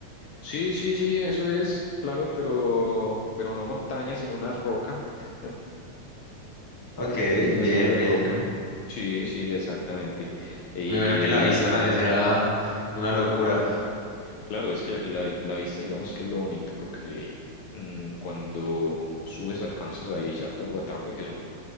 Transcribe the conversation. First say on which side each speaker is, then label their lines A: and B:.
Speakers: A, on the left; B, on the left.
A: Sí, sí, sí, eso es, claro, pero, pero no montaña, sino una roca, <laughs>
B: Ok,
A: una
B: bien,
A: super
B: bien.
A: roca. Sí, sí, exactamente. Y
B: Me imagino que la vista también será una locura.
A: claro, es que la, la vista, digamos que es lo bonito, porque mm, cuando subes alcanzas a divisar todo Guatapé, que son